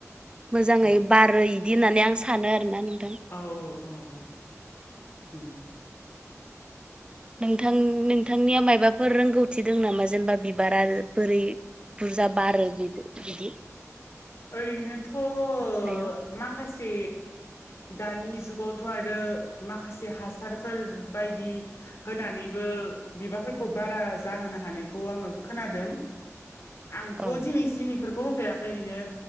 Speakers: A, on the right; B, on the left.
A: मोजाङै
B: औ
A: बारो इदि होननानै आं सानो आरोना नों
B: औ औ औ औ उम
A: नोंथां नोंथांनिया मायबाफोर रोंगौथि दं नामा जेनेबा बिबारा बोरै बुरजा बारो बि बिदि
B: ओरैनोथ'
A: मिथिनायाव
B: माखासे दानि जुगावथ' आरो माखासे हासारफोर बायदि होनानैबो ओ‌ बिबारफोरखौ बारा जाहोनो हानायखौ आङो खोनादों। आंथ'
A: औ
B: दिनैसिम इफोरखौ होफेराखै ओरैनो